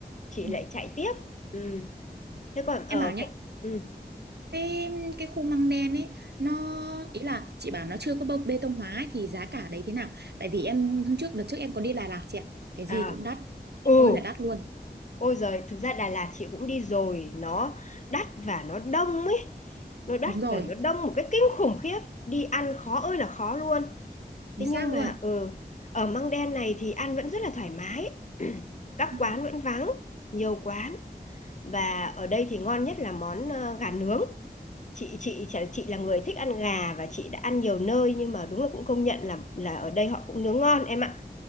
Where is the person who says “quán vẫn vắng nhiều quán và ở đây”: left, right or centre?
Left